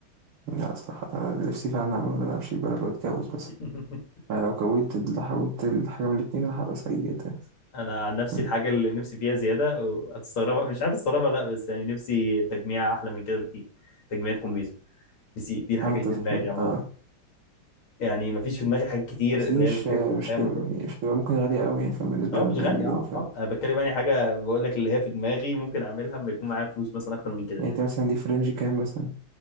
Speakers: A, on the right (about 85°); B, on the left (about 80°).
A: لا صراحة أنا نفسي فعلا أعمل إن أنا أمشي بلد وأتجوز بس
B: <laughs>
A: أنا لو كونت ال- حاولت الحاجة من الاتنين أنا هبقى سعيد جدا
B: انا عن نفسي
A: م.
B: الحاجة اللي نفسي فيها زيادة وهتستغربها مش عارف استغربها لا بس يعني نفسي تجميع احلى من كده بكتير تجميع كمبيوتر بس دي الحاجة
A: أه أنت
B: اللي في
A: تحلم
B: دماغي عموما
A: أه
B: يعني مفيش في دماغي حاجات كتير
A: بس دي
B: اللي
A: مش
B: هي الحاجات
A: مش
B: الأحلام
A: هتبقى
B: وكده
A: مش هتبقى ممكن غالية أوي يعني فاهم بالنسبة
B: اه
A: ل
B: مش
A: 2
B: غالية
A: مليون
B: اه
A: فاهم
B: اه انا بتكلم يعني حاجة بقول لك اللي هي في دماغي ممكن اعملها لما يكون معايا فلوس مثلا اكتر من كده
A: يعني أنت مثلا دي في رينج كام مثلا